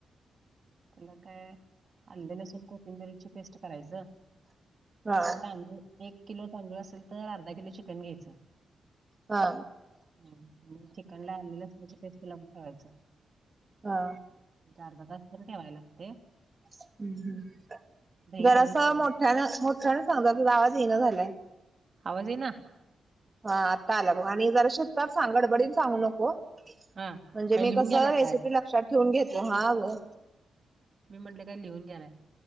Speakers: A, on the right; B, on the right.
A: त्याला काय आल्ले, लसून, कोथिंबिरीची पेस्ट करायचं.
B: हा!
A: तांदूळ, एक किलो तांदूळ असेल तर अर्धा किलो चिकन घ्यायचं.
B: हा!
A: हं, मग चिकनला आले, लसणाची पेस्ट लावून ठेवायच.
B: हा.
A: एक अर्धा तास तरी ठेवाय लागतय.
B: हम्म, हम्म, जरासं
A: घालून फोडणी.
B: मोठ्यान, मोठ्यान सांग, तुमचा आवाज येना झालंय.
A: आवाज इना?
B: हा, आता आला बघ आणि जरा शिसतात सांग, गडबडीन सांगू नको.
A: हा
B: म्हणजे,
A: काय
B: मी
A: लिहून
B: कस
A: घ्यालाय
B: रेसिपी
A: काय
B: लक्षात ठेवून घेते, हा ग.
A: मी म्हटलं काय लिहून घ्यालाय.